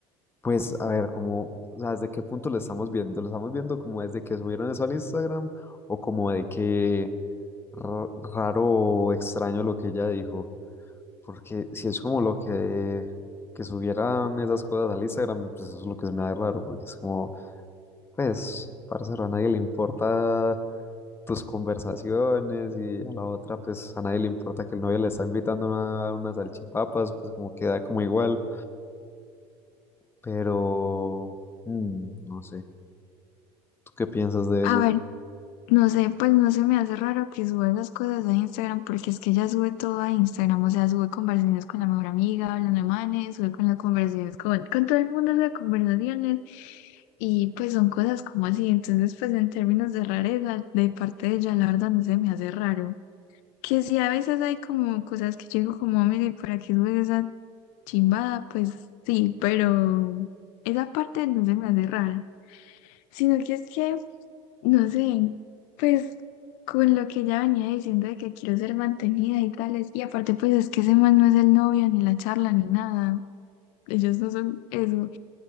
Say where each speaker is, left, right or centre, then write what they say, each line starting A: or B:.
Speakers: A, on the left; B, on the left.
A: pues, a ver, como, o sea, ¿desde qué punto lo estamos viendo? ¿Lo estamos viendo como desde que subieron eso al Instagram o como de que ra- raro o extraño lo que ella dijo? Porque si es como lo que, que subieran esas cosas al Instagram, pues eso es lo que se me da raro, porque es como, pues, parcero, a nadie le importa tus conversaciones y a la otra, pues, a nadie le importa que el novio le está invitando a una- a unas salchipapas, pues como queda como igual, pero, mm, no sé, ¿tú qué piensas de
B: A
A: eso?
B: ver, no sé, pues no se me hace raro que suba esas cosas a Instagram porque es que ella sube todo a Instagram, o sea, sube conversaciones con la mejor amiga, hablando de manes, sube con las conversaciones con, con todo el mundo, sube conversaciones y pues son cosas como así, entonces pues en términos de rareza de parte de ella, la verdad no se me hace raro. Que sí, a veces hay como cosas que yo digo como, mire, ¿para qué subes esa Chimba, pues sí, pero esa parte no se me hace rara, sino que es que, no sé, pues con lo que ella venía diciendo de que quiero ser mantenida y tales, y aparte pues es que ese man no es el novio, ni la charla, ni nada, ellos no son eso,